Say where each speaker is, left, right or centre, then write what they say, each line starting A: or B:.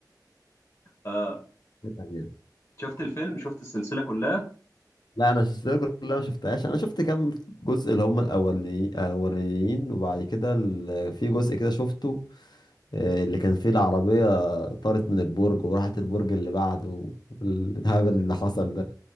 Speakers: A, on the left; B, on the left.
A: اه
B: <laughs> يعني.
A: شفت الفيلم شفت السلسله كلها
B: لا انا السلسله كلها ما شفتهاش انا شفت كام جزء اللي هم الاولي الاولين وبعد كده ال- في جزء كده شفته آه، اللي كان فيه العربيه طارت من البرج وراحت البرج اللي بعده والهبل اللي حصل ده